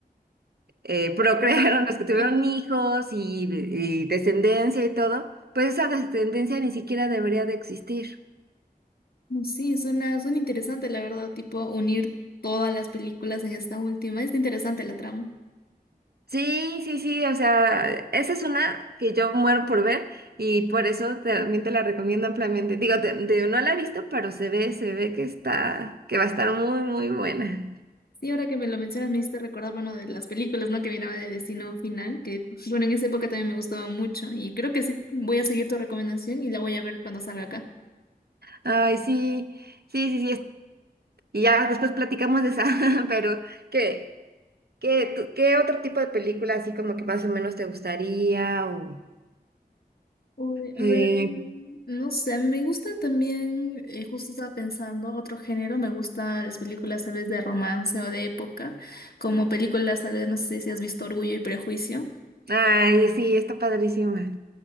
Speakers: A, on the right; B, on the left.
A: eh, procrearon,
B: Ujú.
A: <laughs> los que tuvieron
B: Ajá.
A: hijos y y descendencia y todo, pues esa descendencia ni siquiera debería de existir.
B: Mm, Sí, suena, suena interesante, la verdad, tipo unir todas las películas en esta última. Es interesante la trama.
A: Sí, sí, sí, o sea, esa es una que yo muero por ver y por eso también te la recomiendo ampliamente. Digo, te- te- no la he visto, pero se ve, se ve que está, que va a estar muy, muy buena.
B: Sí, ahora que me lo mencionas, me hiciste recordar, bueno, de las películas, ¿no? Que vienen de Destino Final, que, bueno, en esa época también me gustaban mucho. Y creo que sí, voy a seguir tu recomendación y la voy a ver cuando salga acá.
A: Ay, sí, sí, sí, sí, es- y ya después platicamos de esa, <laughs> pero ¿qué, qué, tú- qué otro tipo de película así como que más o menos te gustaría o...
B: Uy,
A: eh,
B: a ver, mm, no sé, me gusta también, eh, justo estaba pensando, otro género, me gustan las películas tal vez de romance o de época, como películas tal vez, no sé si has visto Orgullo y Prejuicio.
A: ay, sí, está padrísima.